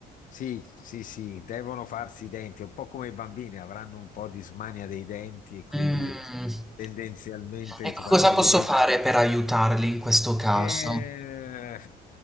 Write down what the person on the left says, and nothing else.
Sì, sì, sì, devono farsi i denti, un po' come i bambini, avranno un po' di smania dei denti e quindi
tendenzialmente
quando gli
metti
eh,